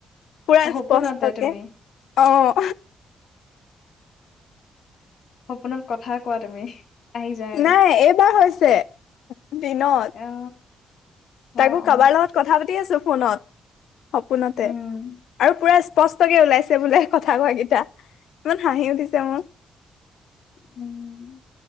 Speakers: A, on the left (about 80°); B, on the left (about 60°).
A: পুৰা
B: সপোনতে
A: স্পষ্টকে
B: তুমি
A: অ
B: সপোনত কথা কোৱা তুমি আহি যায় আৰু
A: নাই এইবাৰ হৈছে দিনত
B: অ অ
A: তাকো কাবাৰ
B: অ
A: লগত কথা পাতি আছো পোনত সপোনতে
B: উম
A: আৰু পুৰা স্পষ্টকে ওলাইছে তে বোলে কথা কোৱা কেইটা ইমান হাঁহি উঠিছে মোৰ
B: উম